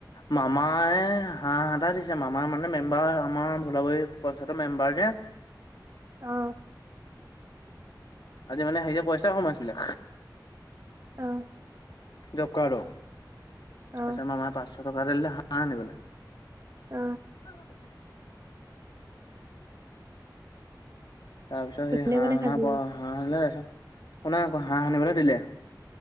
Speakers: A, on the left; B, on the right.
A: মামায় হাঁহ এটা দিছে। মামাৰ মানে মেম্বাৰ আমাৰ ভোলাবাৰি পঞ্চায়তৰ মেম্বাৰ যে
B: অহ
A: আজি মানে সেই অ পইচা সোমাইছিলে
B: অহ
A: জবকাৰ্ডৰ তাৰপিছত
B: অ
A: আমাৰ মাই পাঁচশ টকা দিলে হাঁহ আনিলো।
B: অ
A: <unintelligible> তাৰ পিছত
B: কোনে
A: সেই হাঁহ
B: কোনে খাইছিলে
A: হান হাঁহ আনিলে। শুনা আকৌ হাঁহ আনিবলৈ দিলে